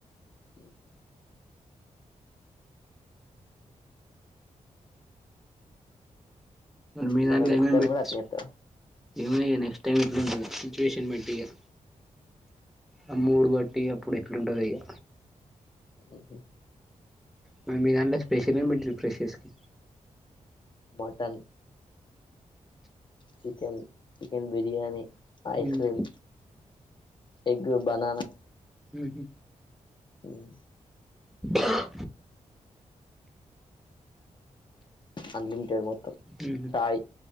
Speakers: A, on the left; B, in the centre.
A: ఉమ్.
B: మీ దాంట్లో
A: మళ్ళ నెక్స్ట్
B: ఏమేం
A: టైం
B: పెట్టి.
A: కూడా అట్నే చేస్తా
B: ఏమో ఇగ నెక్స్ట్ టైం ఎట్లుంటదో సిచువేషన్ బట్టిగా ఆ మూడు బట్. టి అప్పుడు ఎట్లుంటదో ఇక.
A: ఉహూ.
B: మరీ మీ దాంట్లో స్పెషల్ ఏంటి ఫ్రెషర్స్ కి.
A: Mutton chicken chicken బిర్. Biryani ice
B: మ్మ్
A: క్రీమ్ ఎగ్ బననా.
B: ఉహూ.
A: ఆహ్.
B: ఆహ్.
A: అన్లిమిటెడ్ మొత్తం
B: మ్మ్హ్మ్
A: చాయ్.